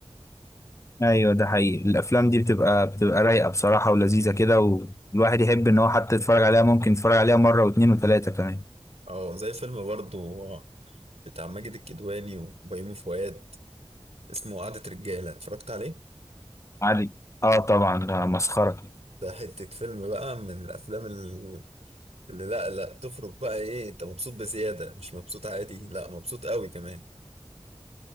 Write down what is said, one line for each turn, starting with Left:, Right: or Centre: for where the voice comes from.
Left: ايوه ده حقيقي الافلام دي بتبقى بتبقى رايقه بصراحه ولذيذه كده والواحد يحب ان هو حتى يتفرج عليها ممكن يتفرج عليها مره واثنين وثلاثه كمان
Right: اه زي فيلم برضو بتاع ماجد الكدواني وبيومي فؤاد اسمه قعدة رجالة اتفرجت عليه
Left: عادي اه طبعا ده مسخره
Right: ده حتة فيلم بقى من الافلام ال- اللي لا لا تخرج بقى ايه انت مبسوط بزيادة مش مبسوط عادي لا مبسوط قوي كمان